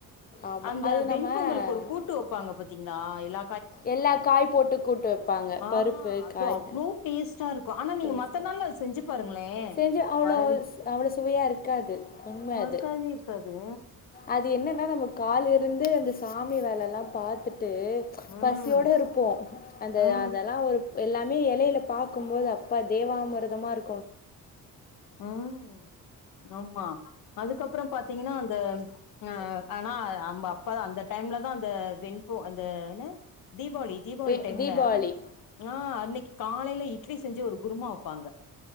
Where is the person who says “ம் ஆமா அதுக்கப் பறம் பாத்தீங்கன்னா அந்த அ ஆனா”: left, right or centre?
Left